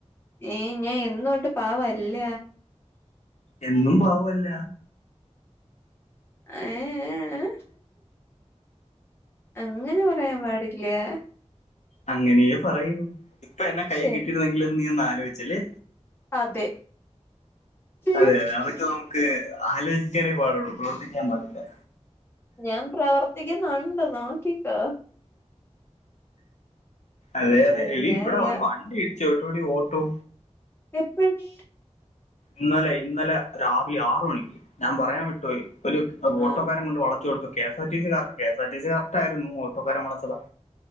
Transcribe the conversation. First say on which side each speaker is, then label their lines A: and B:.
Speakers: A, on the left; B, on the left.
A: ഏയ് ഞാൻ എന്നോട്ട് പാവല്ല.
B: എന്നും പാവല്ല.
A: ഏഹ് അങ്ങനെ പറയാൻ പാടില്ല്യ.
B: അങ്ങനെയു പറയൂ ഇപ്പൊ എന്നെ കൈ
A: ശേ
B: കിട്ടിയിരുന്നെങ്കിലെന്ന് നീ ഒന്ന് ആലോചില്ലേ.
A: അതെ. തീർച്ചയായും
B: അതെ അതെ അതൊക്കെ നമുക്ക് ആലോചിക്കാനേ പാടെള്ളൂ പ്രവർത്തിക്കാൻ പാടില്ല
A: ഞാൻ പ്രവർത്തിക്കുന്നുണ്ട് നോക്കിക്കൊ
B: അതെ അതെ
A: അയ്യോ
B: എടീ ഇവിടെ
A: അയ്യോ
B: ഒരു വണ്ടി ഇടിച്ചോട്ടോടി ഓട്ടോ
A: എപ്പനീ
B: ഇന്നലെ ഇന്നലെ രാവിലെ ആറ് മണിക്ക് ഞാൻ പറയാൻ വിട്ട്പേയി ഒരു ഓട്ടോക്കാരൻ
A: ആ.
B: കൊണ്ട് വള ചെടുത്തു K. S. R. T. C. Car K. S. R. T. C correct ആയിരുന്നു ഓട്ടോകാരൻ വളച്ചെതാ.